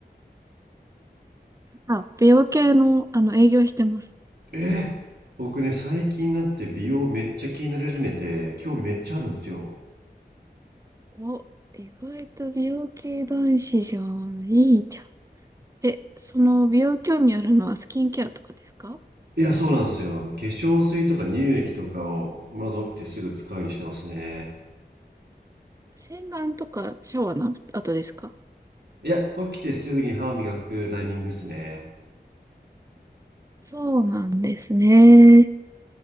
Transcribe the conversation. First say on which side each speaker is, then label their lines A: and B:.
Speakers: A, on the right (about 20°); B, on the right (about 70°).
A: あ、美容系の、あの、営業してます。
B: え僕ね最近になって美容めっちゃ気になり始めて興味めっちゃあるんですよ
A: お、意外と美容系男子じゃん。いいじゃん。え、その美容興味あるのはスキンケアとかですか
B: いやそうなんですよあの化粧水とか乳液とかをまず起きてすぐ使うようにしてますね
A: 洗顔とかシャワーの後ですか
B: いや起きてすぐに歯磨くタイミングっすね
A: そうなんですね。